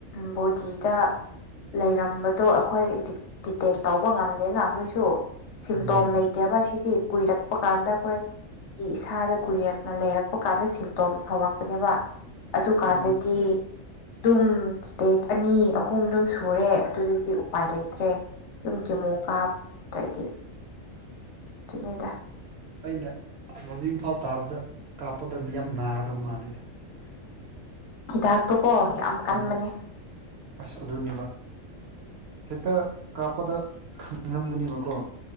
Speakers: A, on the left (about 65°); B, on the right (about 60°).
A: ꯕꯣꯗꯤꯗ ꯂꯩꯔꯝꯕꯗꯣ ꯑꯩꯈꯣꯏ ꯗꯤꯇꯦꯛ ꯇꯧꯕ ꯉꯝꯗꯦꯅ ꯑꯩꯈꯣꯏꯁꯨ ꯁꯤꯝꯇꯣꯝ
B: ꯎꯝ
A: ꯂꯩ ꯇꯦꯕꯥꯁꯤꯗꯤ ꯀꯨꯏꯔꯛꯄ ꯀꯥꯟꯗ ꯑꯩꯈꯣꯏ ꯏꯁꯥꯗ ꯀꯨꯏꯔꯛꯅ ꯂꯩꯔꯛꯄ ꯀꯥꯟꯗ ꯁꯤꯝꯇꯣꯝ ꯍꯧꯔꯛꯄꯅꯦꯕ ꯑꯗꯨꯀꯥꯟꯗꯗꯤ
B: ꯃꯥ
A: ꯑꯗꯨꯝ ꯁ꯭ꯇꯦꯖ ꯑꯅꯤ ꯑꯍꯨꯝ ꯑꯗꯨꯝ ꯁꯨꯔꯦ ꯑꯗꯨꯗꯤ ꯎꯄꯥꯏ ꯂꯩꯇ꯭ꯔꯦ ꯑꯗꯨꯨꯝ ꯀꯦꯃꯣ ꯀꯥꯞ ꯇ꯭ꯔꯗꯤ ꯑꯗꯨꯅꯤꯗ
B: ꯑꯩꯅ ꯃꯃꯤꯡ ꯐꯥꯎ ꯇꯥꯕꯗ ꯀꯥꯞꯄꯗ ꯌꯥꯝ ꯅꯥꯒꯗꯕ ꯃꯥꯜꯂꯦꯗ
A: ꯍꯤꯗꯥꯛꯇꯨꯀꯣ ꯌꯥꯝ ꯀꯟꯕꯅꯦ
B: ꯎꯝ ꯑꯁ ꯑꯗꯨꯅꯦꯕ ꯍꯦꯛꯇ ꯀꯥꯞꯄꯗ ꯈꯪꯔꯝꯒꯅꯤꯕꯀꯣ